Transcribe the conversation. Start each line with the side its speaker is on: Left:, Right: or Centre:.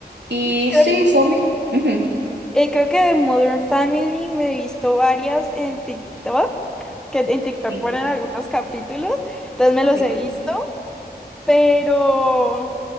Right: Y
Centre: Creo,
Right: sí, son mis... ujú,
Centre: eh, creo que de Modern Family me he visto varias en TikTok, que en TikTok
Right: sí,
Centre: ponen algunos capítulos, entonces me los
Right: sí.
Centre: he visto. Pero,